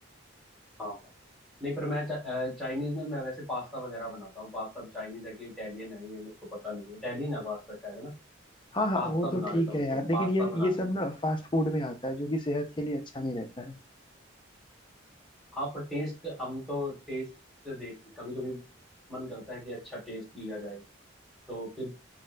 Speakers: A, in the centre; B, on the left.
A: हाँ हाँ नहीं पर मैं चाइनीज में मैं वैसे पास्ता वगैरह बनाता हूँ पास्ता चाइनीज है कि इटालियन है ये मेरे को पता नहीं है इटालियन है पास्ता शायद है ना
B: हाँ
A: हाँ
B: हाँ
A: पास्ता
B: वो
A: बना
B: तो ठीक
A: लेता हूँ
B: है
A: मेरे
B: यार
A: को
B: लेकिन
A: पास्ता
B: ये
A: बनाना
B: ये सब ना फास्ट फूड में आता है जो कि सेहत के लिए अच्छा नहीं रहता है
A: हाँ पर टेस्ट हम तो टेस्ट देख कभी कभी मन करता है कि अच्छा टेस्ट लिया जाए तो फिर